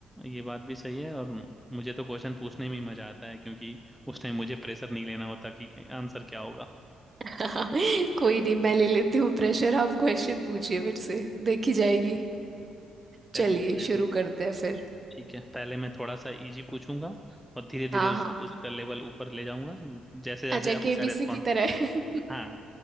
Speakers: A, in the centre; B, on the right.
A: ये बात भी सही है और मुझे तो क्वेश्चन पूछने में ही मजा आता है क्योंकि उस टाइम मुझे प्रेशर नहीं लेना होता कि आंसर क्या होगा
B: <laughs> कोई नहीं मैं ले लेती हूँ प्रेशर आप क्वेश्चन पूछिए मेरे से देखी जाएगी चलिए
A: चलिए पहले
B: शुरू करते हैं फिर
A: ठीक है पहले मैं थोड़ा सा इजी पूछूंगा और धीरे धीरे
B: हाँ
A: उस
B: हाँ
A: उसका लेवल ऊपर ले जाऊंगा जैसे जैसे
B: अच्छा
A: आपका
B: केबीसी
A: रेस्पॉन्स
B: की तरह <laughs>
A: हाँ